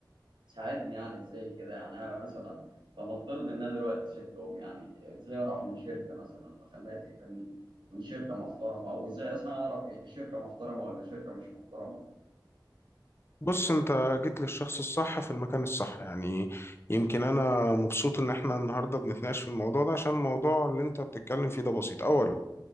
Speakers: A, on the right (about 75°); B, on the left (about 30°).
A: ساعدني يعني ازاي كده يعني انا مثلا فلنفترض ان انا دلوقتي سبتهم يعني ازاي اروح لشركه مثلا واخليها تقبلني تكون شركه محترمه او ازاي اصلا اعرف هي شركه محترمه ولا شركه مش محترمه
B: بص انت جيت للشخص الصح في المكان الصح يعني يمكن انا مبسوط ان احنا النهارده بنتناقش في الموضوع ده عشان الموضوع اللي انت بتتكلم فيه ده بسيط اولا